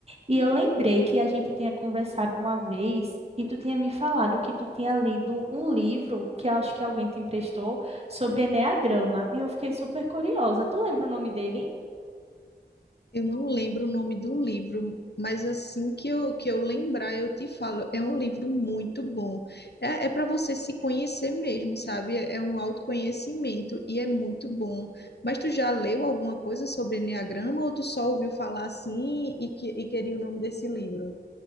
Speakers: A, on the right (about 35°); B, on the left (about 70°).
A: e eu lembrei que a gente tinha conversado uma vez e tu tinha me falado que tu tinha lido um livro que eu acho que alguém te emprestou sobre enneagrama e eu fiquei super curiosa. Tu lembra o nome dele?
B: Eu não lembro o nome do livro, mas assim que eu, que eu lembrar, eu te falo. É um livro muito bom. É, é para você se conhecer mesmo, sabe? É, é um autoconhecimento e é muito bom. Mas tu já leu alguma coisa sobre Eneagrama ou tu só ouviu falar assim e, que, e queria o nome desse livro?